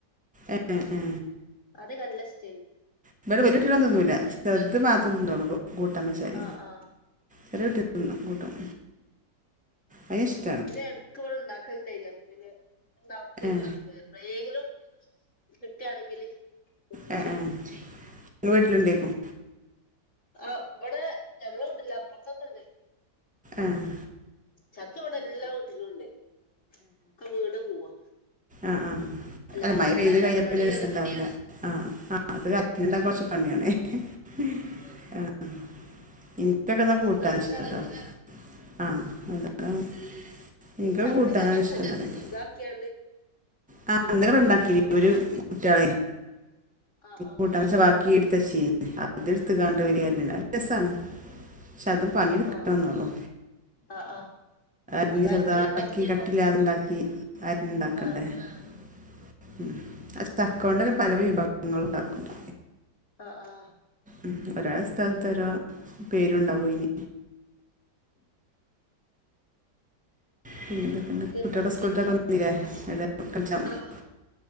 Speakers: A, in the centre; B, on the left.
A: ഏ ഏ
B: ആദ്യവൊക്കെ നല്ല ഇഷ്
A: ഇവിടെ വെല്ല്യ കുട്ട്യോളോന്നും തിന്നൂല ചെറുത് മാത്രം തിന്നൂള്ളൂ കൂട്ടാൻ വെച്ചാല്
B: ആഹ് ആഹ്
A: ചെറിയ കുട്ടി തിന്നും കൂട്ടും അയിന് ഇ
B: പിന്നെ ഇടക്ക് ഇവിടെ ഇണ്ടാക്കലുണ്ടായിനി അപ്പ പിന്നെ ഇണ്ടാവുമ്പോ ഇതിന്
A: ഏ
B: പറ്റില്ല എപ്പളെങ്കിലും കിട്ടുകാണെങ്കില് ഒന്നും
A: ഏ
B: ചെയ്യും
A: ഏ നിങ്ങൾ <unintelligible> വീട്ടിലുണ്ടേക്കും
B: ആഹ് ഇവിടെ ഞങ്ങടെ വീട്ടിലില്ല അപ്പൊറത്തൊക്കെ ഉണ്ട്
A: ആഹ്
B: ചക്ക ഇവിടെ എല്ലാ വീട്ടിലും ഉണ്ട് ഒക്കെ വീണ് പോവാ
A: ആഹ് ആഹ്
B: എല്ലാർക്കും
A: അല്ല മഴപെയ്ത്
B: ഇണ്ടാക്കാനും
A: കഴിഞ്ഞാ
B: മടിയാണ്
A: പിന്നെ രസം ഉണ്ടാവില്ല ആഹ് ആഹ് <unintelligible> കൊറച്ച് പണിയാണേ ആഹ് ആഹ് എനിക്കൊക്കെ എന്നാ
B: പക്ഷെ
A: കൂട്ടാൻ
B: നല്ലതാണല്ലോ
A: ഇഷ്ടം അതാ ആഹ് അതാണ്
B: പിന്നെ
A: എനിക്ക്
B: ചക്ക
A: കൂട്ടാനാണ്
B: ചെലപ്പോ
A: ഇഷ്ടം
B: പൊരി
A: എന്ന് പറയുവാ
B: ഇതാക്കിയാണ്ട്
A: ആ
B: പൊരി
A: ഇന്നലെ ഇവിടെ ഉണ്ടാക്കീന്
B: പൊരിച്ചു
A: ഒരു കുട്ടികളെ
B: ആഹ് ആഹ്
A: കൂട്ടാൻ വെച്ച ബാക്കി എടുത്ത് വെച്ചീന് അത് എടുത്തങ്ങാണ്ട് ഓല് <unintelligible> രെസാണ് പക്ഷെ അത് പണിയെടുക്കണോന്നേയുള്ളു
B: ആഹ് ആഹ് ആഹ്
A: അരിഞ്ഞ്
B: അത്
A: ചെറുതാക്കി
B: അരിഞ്ഞുണ്ടാക്കുമ്പോ
A: കട്ടിയില്ലാതെ ഉണ്ടാക്കി അരിഞ്ഞ് ഉണ്ടാക്കണ്ടേ
B: ആഹ്
A: ആഹ് ഉം അത് ചക്ക കൊണ്ട് തന്നെ പല വിഭവങ്ങൾ ഉണ്ടാക്കുന്നുണ്ട്
B: ആഹ് ആഹ്
A: ഉം ഓരോ സ്ഥലത്ത് ഓരോ പേരുണ്ടാവും അതിന് പിന്നെ എന്തൊക്കെണ്ട്
B: എന്ന്
A: കുട്ടികളുടെ സ്കൂളൊക്ക തുറന്നീല്ലേ <unintelligible>
B: ആ